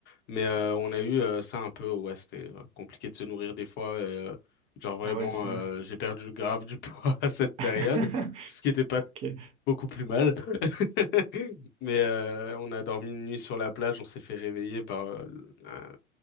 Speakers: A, on the left (about 25°); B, on the right (about 15°).
A: Mais euh, on a eu euh, ça un peu, ouais, c'était euh, compliqué de se nourrir des fois. Et, euh, genre vraiment,
B: Ah ouais, à ce
A: euh,
B: moment-là.
A: j'ai perdu grave du poids <laughs> à cette période,
B: <laughs>
A: ce qui était pas
B: Ok.
A: beaucoup plus mal. <laughs> Mais euh, on a dormi une nuit sur la plage, on s'est fait réveiller par euh, un,